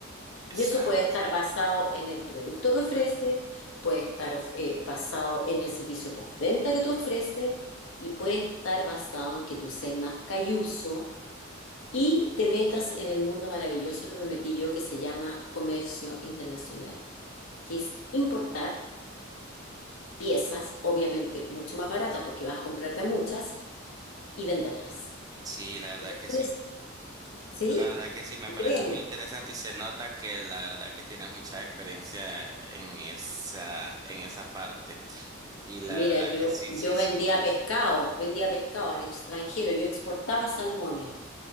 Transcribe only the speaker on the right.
Exacto,
exacto.
Sí, la verdad
que
sí.
La verdad que sí,
me parece
muy interesante y se nota que la verdad que tienes mucha experiencia en esa, en esa parte. Y la
verdad
que sí,
sí,
sí.